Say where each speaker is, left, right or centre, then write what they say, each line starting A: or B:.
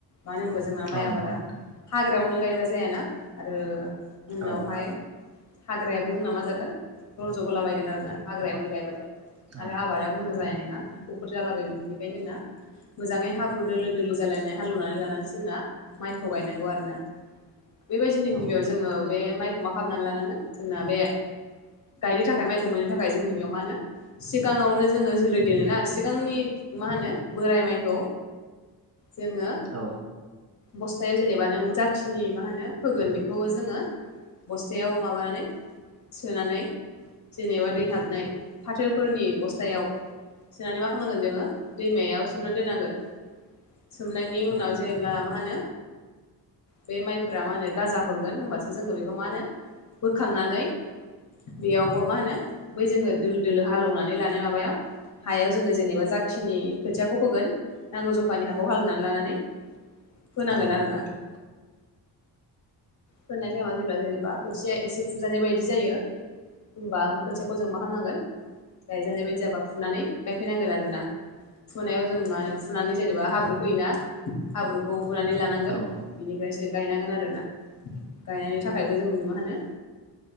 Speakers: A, on the left; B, on the right.
A: मानो होमबा जोंना माइ
B: औ
A: आबादा
B: नंगौ नोंथां
A: हाग्रायावनो गायबा जायाना आरो उनावहाय
B: औ
A: हाग्रायाबो जोंना मा जागोन रज बोलाबायगोन आरो ना हाग्रायावनो गायबाथाय
B: औ
A: आरो आबादा मोजां जानाय नङा एम्फौफोर जालाबायगोन बेनिखायनो जोंना मोजाङै हाब्रु दोलो दोलो जालायनाय हालवनानै लानानै जोंना माइखौ गायनांगौ आरोना। बेबायदिनो
B: औ
A: गिबियाव
B: नंगौ
A: जोङो
B: नोंथां
A: बे माइखौ मा खालामनानै लानांगोन जोंना बे गायनो थाखाय माइखौ मोननो थाखाय जोंनि बेयाव मा होनो सिगाङावनो जोङो जोलै दोनोना सिगांनि मा होनो बोराय माइखौ जोङो
B: औ
A: बस्थायाव जेनेबा नों जाखिनि मा होनो फोगोन बेखौ जोङो बस्थायाव माबानानै सोनानै जेनेबा दै हाबनाय फाथोफोरनि बस्थायाव सनानै मा खालामनांगोन जोङो दैमायाव सोमनानै दोननांगोन सोमनायनि उनाव
B: औ
A: जेब्ला मा होनो बे माइफोरा मा होनो गाजा हरगोन होनबासो जोङो बेखौ मा होनो बोखांनानै बेयावबो मा होनो बै जोङो दोलो दोलो हालेवनानै लानाय माबायाव हायाव जोङो जेनेबा जाखिनि खोथियाखौ फोगोन नांगौ जखानि हाखौ हालवनानै लानानै होनांगोन
B: नंगौ
A: आरो
B: नोंथां
A: ना।
B: औ
A: फोननाय टाइमाव जेब्ला जेनेबा खोथिया एसे फुजानाय बायदि जायो होमबा खोथियाखौ जों मा खालामनांगोन गायजानाय बायदियाबा फुनानै गायफैनांगोन आरोना। फुनायाव जों मा होनो फुनानै जेनेबा हाब्रु फैयोना हाब्रुखौ हुनानै लानांगोन
B: औ
A: बिनिफ्रायसो गायनांगोन आरोना गायनायनि थाखायबो जोङो मा होनो